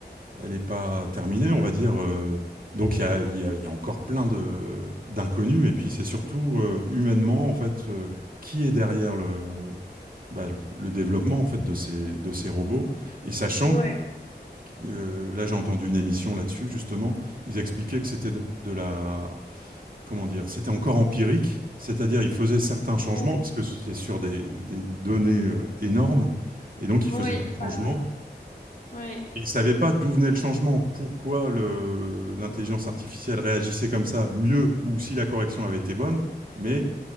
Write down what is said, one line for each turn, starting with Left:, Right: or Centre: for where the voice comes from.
Right: elle n'est pas terminée, on va dire. euh. donc, il y a, il y a- il y a encore plein de, d'inconnus. Et puis, c'est surtout euh, humainement, en fait, euh, qui est derrière le, bah, le le développement, en fait, de ces, de ces robots. Et sachant
Left: Ouais,
Right: euh, là, j'ai entendu une émission là-dessus, justement. Ils expliquaient que c'était de, de la... Comment dire? C'était encore empirique, c'est-à-dire ils faisaient certains changements,
Left: ouais,
Right: parce que c'est sur des, des données euh, énormes, et donc ils
Left: oui,
Right: faisaient des changements.
Left: voilà, ouais,
Right: Et ils ne savaient pas d'où venait le changement, pourquoi le- l'intelligence artificielle réagissait comme ça, mieux, ou si la correction avait été bonne, mais